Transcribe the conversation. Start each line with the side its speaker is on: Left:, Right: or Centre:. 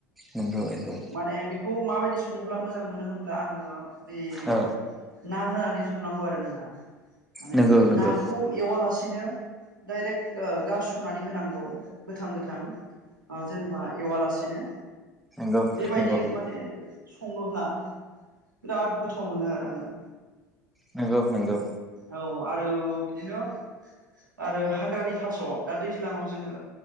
Centre: नंगौ नंगौ
Right: माने बेखौ माबायदि सङोब्ला मोजां मोनो होनब्ला आङो बेयाव
Centre: औ
Right: ना होनानै संनांगौ आरो नोंथां माने
Centre: नंगौ नंगौ
Right: नाखौ एवालासेनो दडाइरेक्ट गारस'नानै होनांगौ गोथां गोथां ओ जेनेबा एवालासिनो
Centre: नंगौ
Right: बेबायदि
Centre: नंगौ
Right: माने सङोब्ला बिराद गोथाव मोनो आरो आङो
Centre: नंगौ नंगौ
Right: औ आरो बिदिनो आरो हाग्रानि थास दा दैज्लाङाव जोङो